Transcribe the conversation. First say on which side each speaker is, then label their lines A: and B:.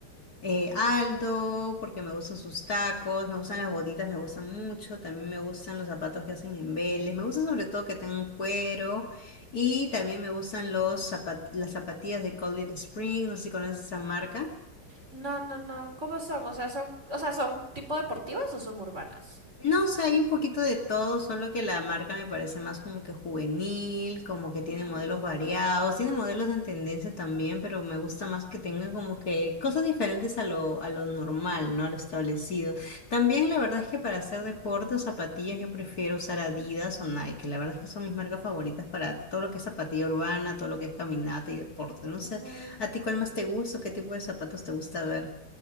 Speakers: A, on the left; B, on the right.
A: eh,
B: Mm,
A: Aldo, porque me gustan sus tacos, me gustan las botitas, me gustan mucho, también me gustan los zapatos que hacen en Vélez, me gusta sobre todo que tengan cuero y
B: ujú.
A: también me gustan los zapat- las zapatillas de Cold Spring, no sé si conoces esa marca.
B: No, no, no. ¿Cómo son? O sea, son, o sea, ¿son tipo deportivas o son urbanas?
A: No, o sea, hay un poquito de todo, solo que la marca me parece más como que juvenil, como que tiene
B: Ujú,
A: modelos variados, tiene modelos en tendencia también, pero me gusta más que tenga como que cosas diferentes a lo, a lo normal, ¿no? A lo establecido. También la verdad es que para hacer deporte o zapatillas yo prefiero usar Adidas o Nike, la verdad es que son mis marcas favoritas para todo lo que es zapatilla urbana, todo lo que es caminata y deporte. No sé,
B: ujú.
A: ¿a ti cuál más te gusta o qué tipo de zapatos te gusta ver?